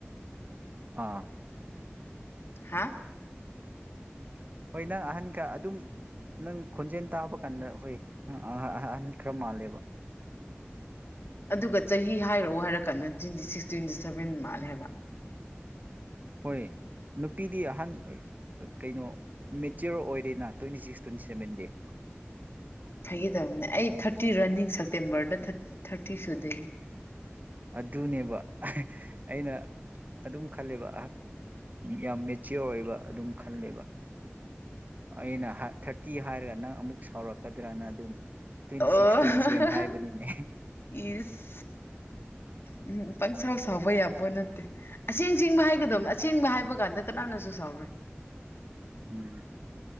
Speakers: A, on the right; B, on the left.
A: ꯑꯥ
B: ꯍꯥ
A: ꯍꯣꯏ ꯅꯪ ꯑꯍꯟ ꯈꯔ ꯑꯗꯨꯝ ꯅꯪ ꯈꯣꯟꯖꯦꯜ ꯇꯥꯕ ꯀꯥꯟꯗ ꯍꯣꯏ ꯅꯪ ꯑꯍꯟ ꯈꯔ ꯃꯥꯜꯂꯦꯕ
B: ꯑꯗꯨꯒ ꯆꯍꯤ ꯍꯥꯏꯔꯛꯑꯣ ꯍꯥꯏꯔ ꯀꯥꯟꯗ ꯇ꯭ꯋꯦꯟꯇꯤ ꯁꯤꯛꯁ ꯇ꯭ꯋꯦꯟꯇꯤ ꯁꯚꯦꯟ ꯃꯥꯜꯂꯦ ꯍꯥꯏꯕ
A: ꯍꯣꯏ ꯅꯨꯄꯤꯗꯤ ꯑꯍꯟ ꯀꯩꯅꯣ ꯃꯦꯆꯤꯌꯣꯔ ꯑꯣꯏꯔꯦꯅ ꯇ꯭ꯋꯦꯟꯇꯤ ꯁꯤꯛꯁ ꯇ꯭ꯋꯦꯟꯇꯤ ꯁꯚꯦꯟꯗꯤ
B: ꯐꯒꯦ ꯇꯧꯕꯅꯦ ꯑꯩ ꯊꯥꯔꯇꯤ ꯔꯟꯅꯤꯡ ꯁꯦꯞꯇꯦꯝꯕꯔꯗ ꯊꯥꯔꯇꯤ ꯁꯨꯗꯩꯅꯤ
A: ꯑꯗꯨꯗꯅꯦꯕ ꯑꯩꯅ ꯑꯗꯨꯝ ꯈꯜꯂꯦꯕ ꯌꯥꯝ ꯃꯦꯆꯤꯌꯣꯔ ꯑꯣꯏꯕ ꯑꯗꯨꯝ ꯈꯜꯂꯦꯕ ꯑꯩꯅ ꯊꯥꯔꯇꯤ ꯍꯥꯏꯔꯒ ꯅꯪ ꯑꯃꯨꯛ ꯁꯥꯎꯔꯛꯀꯗ꯭ꯔꯅ ꯑꯗꯨꯝ ꯇ꯭ꯋꯦꯟꯇꯤ
B: ꯑꯣ
A: ꯁꯤꯛꯁ ꯇ꯭ꯋꯦꯟꯇꯤ ꯁꯚꯦꯟ ꯍꯥꯏꯕꯅꯤꯅꯦ
B: ꯏꯁ ꯎꯝ ꯄꯪꯁꯥꯎ ꯁꯥꯎꯕ ꯌꯥꯕꯣ ꯅꯠꯇꯦ ꯑꯁꯦꯡ ꯆꯤꯡꯕ ꯍꯥꯏꯒꯗꯕꯅꯦ ꯑꯁꯦꯡꯕ ꯍꯥꯏꯕ ꯀꯥꯟꯗ ꯀꯅꯥꯅꯁꯨ ꯁꯥꯎꯔꯣꯏ
A: ꯎꯝ